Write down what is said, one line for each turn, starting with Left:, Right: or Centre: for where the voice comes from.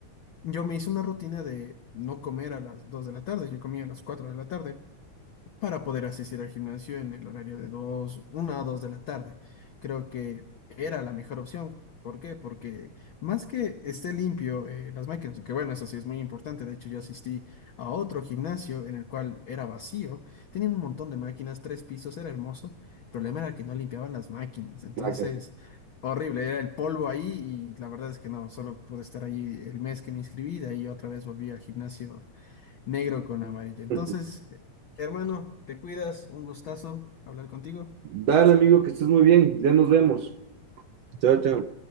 Left: Yo me hice una rutina de no comer a las 2 de la tarde, yo comía a las 4 de la tarde para poder asistir al gimnasio en el horario de dos una a 2 de la tarde. Creo que era la mejor opción. ¿Por qué? Porque más que esté limpio eh, las máquinas, que bueno, eso sí es muy importante. De hecho, yo asistí a otro gimnasio en el cual era vacío, tenían un montón de máquinas, tres pisos, era hermoso. El problema era que no limpiaban las máquinas. Entonces,
Right: Ah, qué-
Left: horrible, era el polvo ahí y la verdad es que no, solo pude estar ahí el mes que me inscribí, de ahí otra vez volví al gimnasio negro con amarillo. Entonces,
Right: <laughs>
Left: hermano, te cuidas, un gustazo hablar contigo.
Right: Dale, amigo, que estés muy bien. Ya nos vemos. Chao, chao.